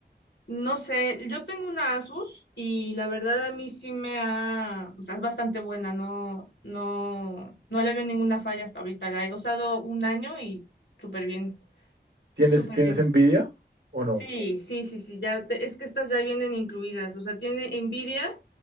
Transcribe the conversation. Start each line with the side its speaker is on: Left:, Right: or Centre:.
Left: No sé, yo tengo una Asus y la verdad a mí sí me ha, o sea, es bastante buena, no, no, no le veo ninguna falla hasta ahorita. La he usado un año y súper bien,
Right: ¿Tienes,
Left: súper
Right: tienes
Left: bien.
Right: envidia o no?
Left: Sí, sí, sí, sí, ya te- es que estas ya vienen incluidas, o sea, tiene Nvidia,